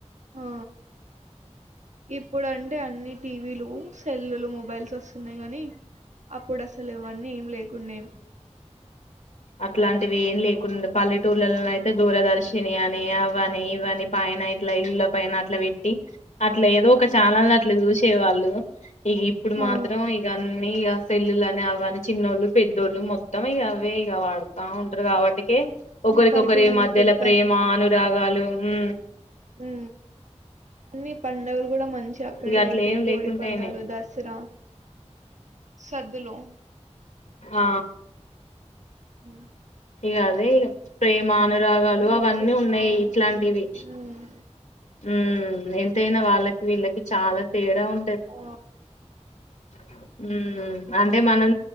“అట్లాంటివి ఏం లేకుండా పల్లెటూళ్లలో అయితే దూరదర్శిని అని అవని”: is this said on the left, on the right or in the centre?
Left